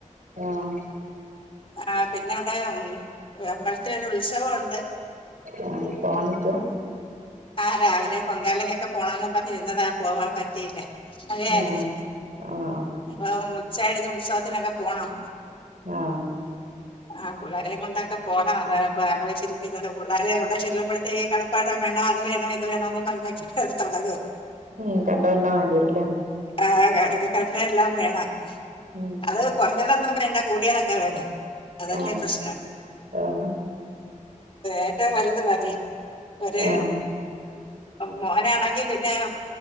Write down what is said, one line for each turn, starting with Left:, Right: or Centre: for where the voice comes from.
Right: ആഹ്
Left: ആഹ് പിന്നെ ഇവടെ അമ്പലത്തിലൊരു ഉത്സവണ്ട്
Right: ആഹ് പോവാന്ന്ക്കാ
Left: ആഹ് രാവിലെ പൊങ്കാലക്കൊക്കെ പോണംന്ന് പറഞ് ഇര്ന്നതാ പോവാൻ പറ്റ് റ്റിയില്ല മഴ ആയിരുന്നു
Right: ആഹ് ആഹ്
Left: അപ്പൊ ഉച്ച കഴിഞ് ഉത്സവത്തിനൊക്കെ പോണം
Right: ആഹ്
Left: ആഹ് പിള്ളാരേം കൊണ്ടൊക്കെ പോണം അതാ പ്പം ആലോയ്ച്ച് ഇരിക്കുന്നത് പിള്ളേരെ അവിടെ ചെല്ലുമ്പോഴത്തെക്കും പാട്ടം വേണം അത്‌ വേണം ഇത് വേണം ന്ന് പറഞ് ഒക്കെ തോടങ്ങും
Right: ഉം കണ്ടെതെല്ലാം വേണ്ടി വരുല്ലേ?
Left: ആഹ് കണ്ടെല്ലാം വേണം
Right: ഉം
Left: അത് കുറഞ്ഞതൊന്നും വേണ്ട കൂടിയതൊക്കെ വേണം അതല്ലേ
Right: ആഹ്
Left: പ്രശ്നം
Right: ആഹ്
Left: ഏറ്റവും നല്ലത് മതി ഒര്
Right: ആഹ്
Left: മോനാണെങ്കി പിന്നെ